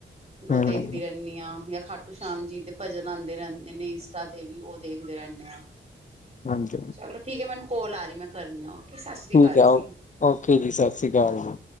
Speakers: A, on the right; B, on the left.
A: ਫੇਰ
B: ਹਮ
A: ਉਹ ਦੇਖਦੀ ਰਹਿੰਦੀ ਹਾਂ ਯਾ ਖਾਟੂ ਸ਼ਾਮ ਜੀ ਤੇ ਭਜਨ ਆਂਦੇ ਰੈਂਦੇ ਨੇ, ਇੰਸਟਾ ਤੇ ਵੀ ਓ ਦੇਖਦੇ ਰੈਨੇ ਆ
B: ਹਾਂਜੀ-ਹਾਂਜੀ।
A: ਚਲੋ ਠੀਕ ਏ ਮੈਨੂੰ ਕੋਲ ਆ ਰੀ ਮੈਂ ਕਰਨੀ ਆ ਸਤਿ ਸ੍ਰੀ
B: ਠੀਕ
A: ਅਕਾਲ
B: ਐ, ਓ
A: ਜੀ।
B: ਓਕੇ ਜੀ ਸਾਸ੍ਰੀ ਕਾਲ ਜੀ।